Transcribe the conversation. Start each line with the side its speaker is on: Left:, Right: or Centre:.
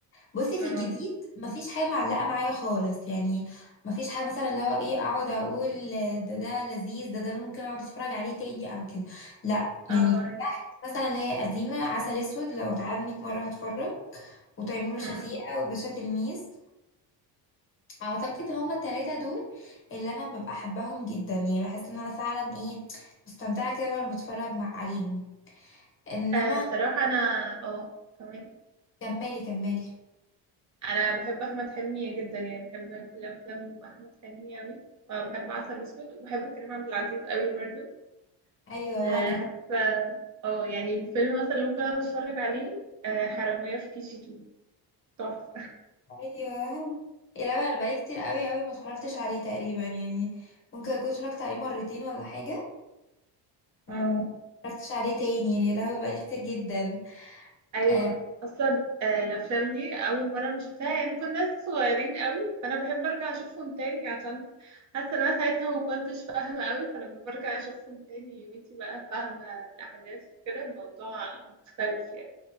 Left: بصي
Right: اه
Left: في الجديد مفيش حاجة معلقة معايا خالص يعني مفيش حاجة مثلا اللي هو ايه اقعد اقول ده ده لذيذ ده ده انا ممكن اقعد اتفرج عليه تاني او كده لا يعني
Right: اه أيوة.
Left: مثلا اللي هي قديمة عسل اسود لو اتعاد 100 مرة هتفرج وتيمور
Right: مم.
Left: وشفيقة وباشا تلميذ اعتقد هما التلاتة دول اللي انا ببقى احبهم جدا يعني بحس ان انا فعلا ايه مستمتعة كده وانا بتفرج مع عليهم انما
Right: آه، صراحة انا اه كمان
Left: كملي كملي
Right: انا بحب احمد حلمي جدا يعني بحب كل افلام احمد حلمي قوي فبحب عسل اسود وبحب كريم عبد العزيز قوي برضو
Left: ايوه
Right: أه
Left: وانا
Right: حتى اه يعني الفيلم مثلا اللي ممكن اقعد اتفرج عليه أه حرامية في كي جي 2 تحفة
Left: ايوه يا لا انا بقالي كتير قوي قوي ما اتفرجتش عليه تقريبا يعني ممكن اكون اتفرجت عليه مرتين ولا حاجة مم،
Right: اه
Left: ما اتفرجتش عليه تاني يعني يا لهوي بقالي كتير جدا
Right: ايوه
Left: آه،
Right: اصلا أه الافلام دي اول مرة ما شفتها يعني كنا ناس صغيرين قوي فانا بحب ارجع اشوفهم تاني عشان حاسة ان انا ساعتها ما كنتش فاهمة قوي فلما برجع اشوفهم تاني وانتي بقى فاهمة الاحداث وكده الموضوع مختلف يعني